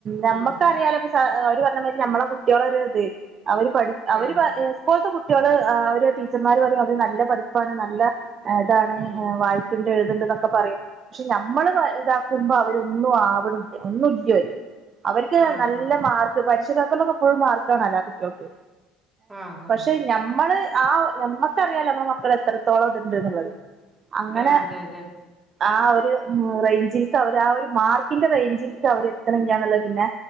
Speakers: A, on the right; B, on the right.
A: നമ്മക്കറിയാലോ
B: ഉം
A: <unintelligible> അവര് പറഞ്ഞമാരി നമ്മളെ കുട്ടിയാള ഒരു ഇത് അവര് പഠി അവര്
B: ആഹ്
A: പ സ്‌കൂൾതെ കു ട്ടിയാള് ആ ഒര് ടീച്ചർമാർ പറയും അവര് നല്ല പഠിപ്പാണ് നല്ല ഇതാണ്
B: ഉം
A: ഏഹ് വായി ത്ണ്ട് എഴുത്ന്ന്ണ്ട് ന്നൊക്കെ പറയും പക്ഷെ നമ്മള് ഇതാക്കുമ്പോ അവരൊന്നും ആവ്ണില്ല ഒന്നും ഇല്ല്യോര് അവർക്ക്
B: ആഹ്
A: നല്ല
B: ആഹ്
A: മാർക്ക് പരിക്ഷ പേപ്പറിലൊക്കെ ഫുൾ മാർക്ക് ആണോല്ലോ കുട്ടിയാൾക്ക്
B: ആഹ് ആഹ്
A: പക്ഷെ ഞമ്മള് ആ നമ്മക്കറിയാലോ നമ്മള മക്കൾ എത്ര ത്തോളം ഇതുണ്ട് എന്ന്ള്ളത് അങ്ങനെ
B: ആഹ് അതെ അതെ
A: ആ ഒരു റേഞ്ചിൽക്ക് അവര് ആ ഒരു മാർക്കിന്റെ റേഞ്ചിൽക്ക് അവര് എത്ത്ണില്ലാന്നുള്ളത് പിന്നെ